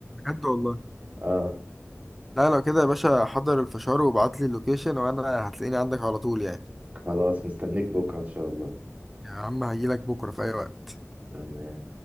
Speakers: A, in the centre; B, on the right.
A: بجد والله
B: اه
A: لا لو كده يا باشا حضر الفشار وابعت لي اللوكيشن وانا هتلاقيني عندك على طول يعني
B: خلاص مستنيك بكره ان شاء الله
A: يا عم هجيلك بكرة في اي وقت
B: تمام